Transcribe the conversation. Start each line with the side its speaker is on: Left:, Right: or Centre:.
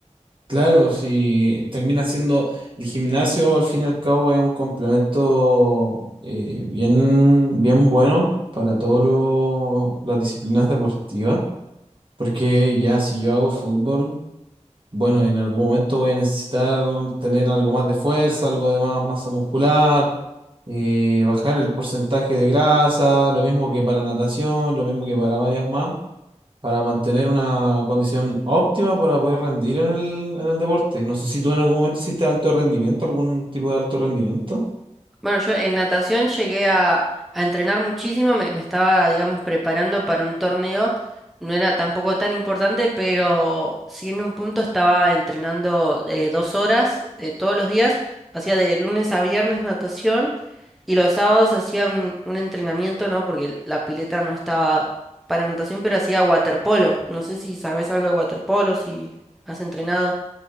Right: Claro, si termina siendo el gimnasio, al fin y al cabo es un complemento eh, bien, bien bueno para todas las disciplinas deportivas, porque ya si yo hago fútbol, bueno, en algún momento voy a necesitar tener algo más de fuerza, algo de más masa muscular, eh, bajar el porcentaje de grasa, lo mismo que para natación, lo mismo que para varias más. para mantener una condición óptima para poder rendir en el, en el deporte. No sé si tú en algún momento hiciste alto rendimiento, algún tipo de alto rendimiento.
Centre: Bueno, yo en natación llegué a, a entrenar muchísimo, me, me estaba, digamos, preparando para un torneo, no era tampoco tan importante, pero sí en un punto estaba entrenando eh, dos horas eh, todos los días, hacía de lunes a viernes natación. Y los sábados hacía un, un entrenamiento, ¿no? Porque la pileta no estaba para natación, pero hacía waterpolo. No sé si sabes algo de waterpolo, si has entrenado.